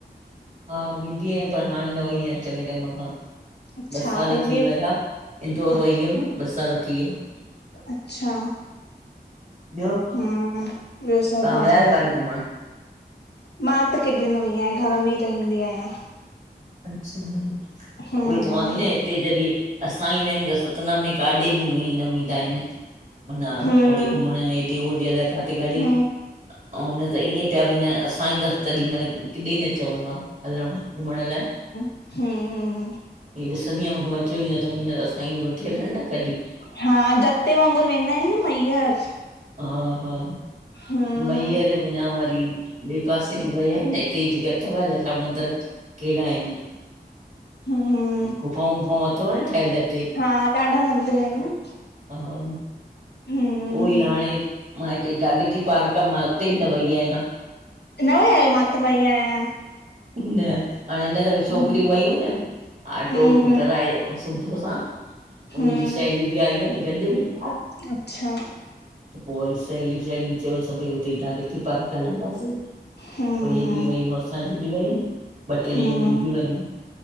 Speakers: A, on the right; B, on the left.
A: हा वींदी आयां पर हाणे न वेई आयां चवे टेम खां।
B: अच्छा
A: ॿ साल
B: पंहिंजी
A: थी वया। इंदौर
B: अ
A: वई हम ॿ साल थी वया।
B: अच्छा।
A: ॿियो
B: हम्म ॿियो
A: तव्हां
B: सभु बढ़िया।
A: विया आहियो काॾे घुमण
B: मा त किॾे न वई आया, घर मे ई रहंदी आया।
A: अच्। छा
B: हम्म
A: उई चवांती न हुते जॾहिं असां ईंदा आहियू त सतना मे काॾे घुमण न वेंदा आहिन। मन
B: हम्म
A: होडे घुमण हेॾे, होॾे अलाइ काथे काथे।
B: हम्म
A: अउ नत ईंय पया विनायन असा ईंदस तॾी मल किॾे न चवंदा हलऊं, घुमण लाइ।
B: हम्हूं
A: हीअं ॾिसंदी आया, मूखे मज़ो ईदो आ चवंदी आया असांखे वठी हलन न कडीं।
B: हा जते वागुर वेदा आहिन न महीयर।
A: हा हा
B: हम्म
A: महीयर या वरी बे पासे भी वया आहिन न हिते जेके अथव अल छा मंदर कहिड़ा आहिन‌
B: हूं।
A: गुफाऊ वुफाऊ अथव न ठहयल ईते?
B: हा ॾाढा मदीर आई न
A: हा
B: हम्म
A: उहो ई हाणे मा हिते जागती पार्क आ मा उते भी न वई आया।
B: न वया आयो मा त वई आया।
A: न हाणे हिन दफ़े छोकिरियू
B: हम्म
A: वयू न आटो
B: हम्म
A: कराए। ऐ सुबुह सा उन्हन
B: हम्म
A: जू सहेलीयू भी आयू हन गॾ ॿार
B: अच्छा।
A: त पोइ वरी सहेलीयूं सहेलियूं चयो भई हुते जागती पार्क हलंदासीं।
B: हम्म
A: पोइ हे बि वयूं असांजी बि वयूं ॿ टे
B: हम्म
A: ॼणिय बि वयूं